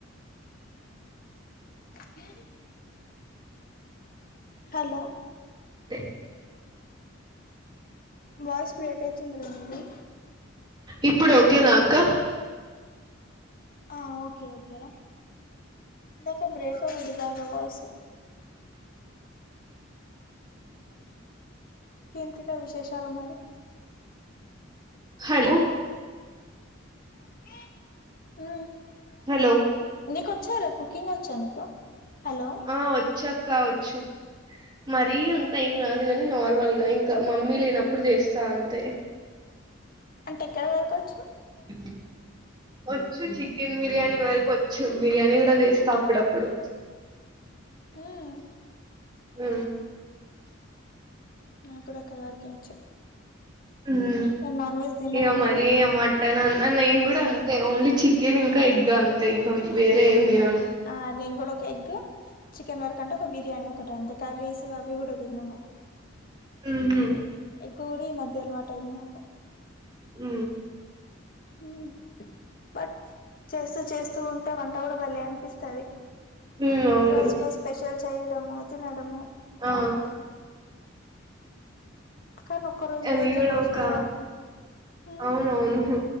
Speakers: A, on the left; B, on the right.
A: ఏ హలో
B: తే
A: వాయిస్ బ్రేక్ అయితుందిరా మీది
B: ఇప్పుడు ఓకే నా అక్క
A: ఆ ఓకే ఓకేరా ఇందాక బ్రేక్ అయిందిరా వాయిస్ ఇంకేటియిరా విశేషాలు మరి
B: హలో
A: ఉ
B: హలో
A: నీ కొచ్చారా కుకింగ్ వచ్చా నీకు హలో
B: ఆ వచ్చాక్కా వచ్చు మరీ అంతా ఏం రాదు కాని నార్మల్గా ఇంకా మమ్మీ లేనప్పుడు చేస్తా అంతే.
A: అంటే ఎక్కడ వరకు వచ్చు.
B: ఇ వచ్చు చికెన్ బిర్యానీ వరకు వచ్చు బిర్యానీ కూడా చేస్తా అప్పుడప్పుడు.
A: <inaudible> <inaudible> మ్మ్
B: ఊ
A: నాక్కూడా అక్కడి వరకే వచ్చు.
B: ఉమ్
A: కానీ నాన్ వెజ్ తినను
B: ఇక మరి
A: నేను.
B: మటన్ నేను కూడా అంతే ఓన్లీ చికెన్ ఇంకా ఎగ్ అంతే ఇంకా వేరే ఏం తినను.
A: ఆ నేను కూడా ఒక ఎగ్ చికెన్ వరకు అంటే ఒక బిర్యానీ ఒకటి అంతే కర్రీస్ అవి కూడా తినను.
B: ఊహు
A: ఎగ్ కూడా ఈ మధ్యే అలవాటు అయింది నాకు.
B: ఊ
A: ఉ బట్ చేస్తూ చేస్తూ ఉంటే వంట కూడా బలే అపిస్తది.
B: ఉమ్ అవును
A: రోజుకో స్పెషల్ చేయడం తినడము
B: ఆ
A: బాగుంటది. కానీ ఒక్క రోజు
B: అవి
A: అయితే
B: కూడ
A: రోజు
B: ఒక
A: చేయాల్సిందే మ్మ్
B: అవునవును